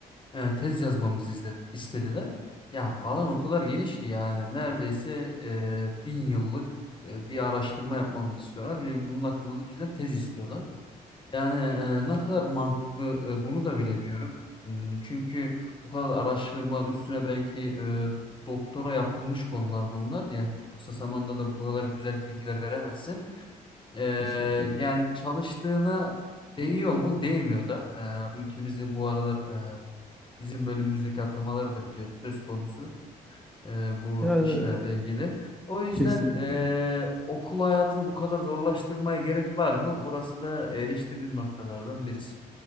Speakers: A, on the left (about 25°); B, in the centre.
A: e, tez yazmamızı izle- istediler. Ya alan o kadar geniş ki yani neredeyse e, bin yıllık e, bir araştırma yapmamızı istiyorlar ve bunun hakkında da bizden tez istiyorlar. Yani e, ne kadar mantıklı e, bunu da bilemiyorum. Hmm, Çünkü bu kadar araştırma üstüne belki e, doktora yapılmış konular bunlar. Yani çok kısa zamanda da bu kadar güzel bilgiler veremezsin. E,
B: Kesinlikle.
A: yani çalıştığına değiyor mu? Değmiyor da. E, ülkemizde bu aralar e, bizim bölümümüzdeki atamaları da biliyoruz söz konusu e, bu
B: Yani
A: işlerle ilgili. O yüzden
B: kesinlikle.
A: eee, okul hayatını bu kadar zorlaştırmaya gerek var mı? Orası da eleştirdiğim noktalardan birisi.